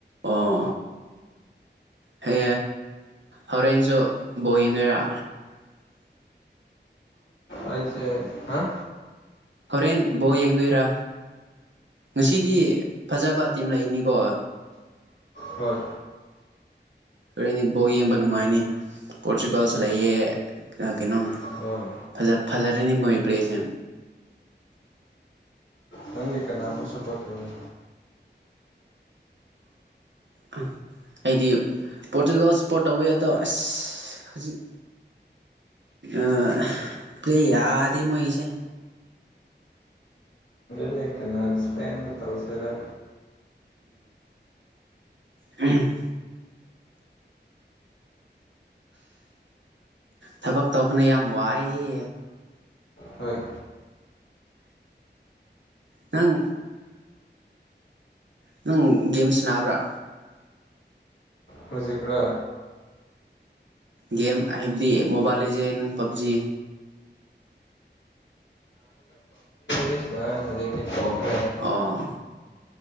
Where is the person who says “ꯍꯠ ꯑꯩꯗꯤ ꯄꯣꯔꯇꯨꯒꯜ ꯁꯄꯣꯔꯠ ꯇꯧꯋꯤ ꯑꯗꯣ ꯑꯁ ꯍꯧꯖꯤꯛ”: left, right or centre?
Right